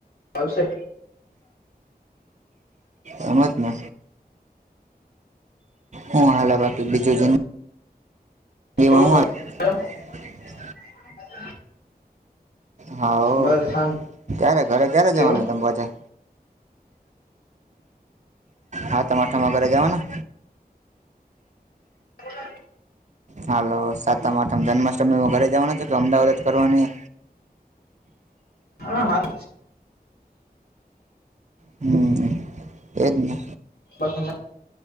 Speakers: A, on the left (about 85°); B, on the right (about 45°).
A: આવશે
B: એમ તને હુ હાલા બાકી બીજું <unintelligible>
A: બોલો બાકી કેમ? <inaudible>
B: હા
A: બસ શાંતિ
B: ક્યારે ઘરે ક્યારે જવાનું
A: હો
B: તમે પાછા હાતમ આઠમ એ ઘરે જવાના.
A: <inaudible>
B: હાલો સાતામ આઠમ જન્માષ્ટમી ઘરે જવાનું છે કે અમદાવાદ જ કરવાની.
A: હા હાત
B: હમ એજ ને
A: બાકી